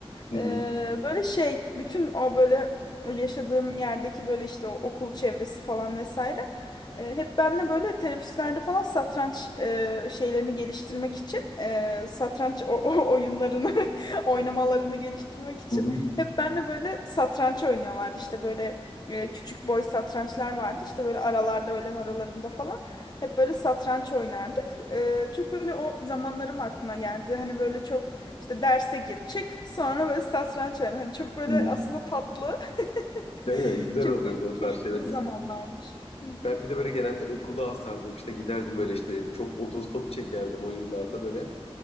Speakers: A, on the left; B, on the left.
A: hı
B: Ee,
A: hı,
B: böyle şey bütün o böyle yaşadığım yerdeki böyle işte o okul çevresi falan vesaire e, hep benle böyle teneffüslerde falan satranç e, şeylerini geliştirmek için e, satranç o, o oyunlarını <laughs> oynamalarını geliştirmek için
A: hı hı,
B: hep benle böyle satranç oynuyorlardı işte böyle e, küçük boy satrançlar vardı işte böyle aralarda öğlen aralarında falan hep böyle satranç oynardık E, çok böyle o zamanlarım aklıma geldi hani böyle çok işte derse gir çık sonra böyle satranç oyna. Hani çok böyle
A: hı.
B: aslında tatlı. <laughs>
A: Değil mi? Güzel
B: Çok
A: oluyordu
B: böyle
A: o
B: keyifli
A: tarz şeyler. Biz,
B: zamanlarmış. Hı hı,
A: ben bir de böyle genelde okulu asardım işte giderdim böyle işte çok otostop çekerdim o yıllarda böyle.